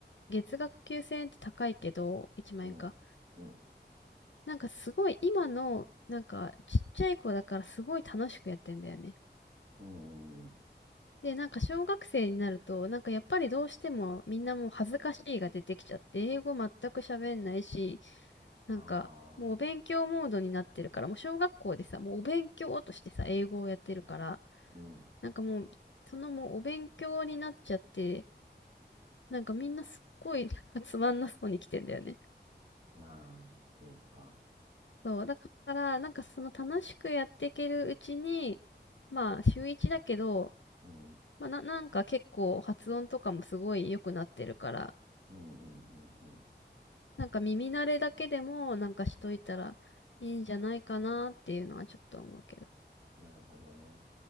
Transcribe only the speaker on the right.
うん、うん、
うん、うん。
ああ、
うん。
まあ、そうか。
うん、うん、
うん、うん、うん。
なるほどね。